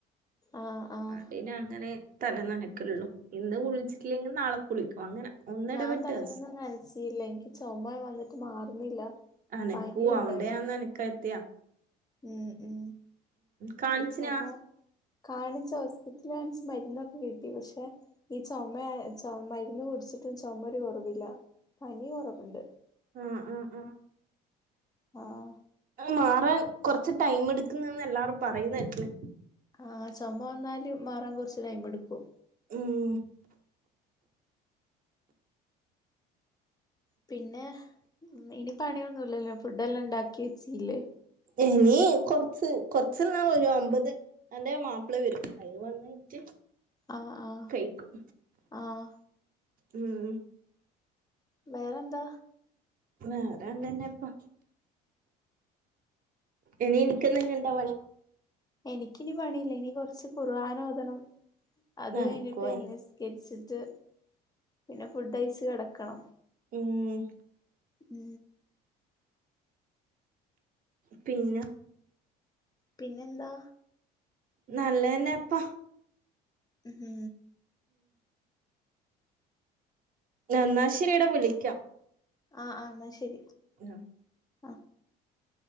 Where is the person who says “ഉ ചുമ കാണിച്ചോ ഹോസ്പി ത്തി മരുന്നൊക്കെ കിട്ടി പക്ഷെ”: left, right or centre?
Left